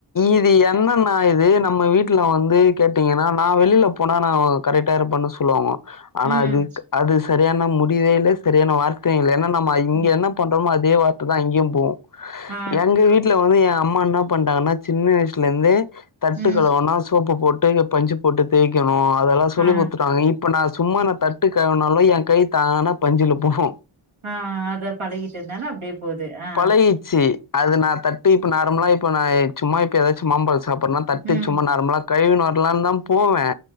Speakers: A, on the left; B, on the right.
A: இது என்னன் ஆ இது நம்ம வீ ட்ல வந்து கேட்டீங்கனா நா வெளில போனா நா கரெட்டா இருப்பண்ணு ஸ் சொல்லுவாங்கோ ஆனா
B: ம்
A: அதுக் அது சரியான முடிவே இல்லே செரியான வார்த்தையு இல்ல என்னன் ஆமா இங்க
B: ம்
A: என்ன பண்றமோ அ அதே வார்த்த தா அங்கியு போவு
B: ஆ
A: எங்க வீட்ல வந்து எ அம் மா என்ன பண்டாங்கன்னா சின்ன வய்ஸ்லிந்தே தட்டு
B: ம்
A: கழுவுனா சோப்பு போட் டு பஞ்சு போட்டு தேய்க்கு னு அதெல்லா சொல்லி
B: ஆ
A: குத்துட்டாங்க இப் இப்ப நா சும்மா நா தட்டு கழுவனாலு எ கை தானா பஞ்சுல போகு
B: அ அ அத பழகிட்டதுனால அப்டியே போது அ
A: பழகிச்சு அது நா தட்டு இப்ப நா நார்மலா இப்ப நா சும்மா இப்ப எதாச்சு மாம்பழ சாப்பர்னா தட்டு
B: ம்
A: சும்மா நார்மலா கழுவினு வ லான் தா போவே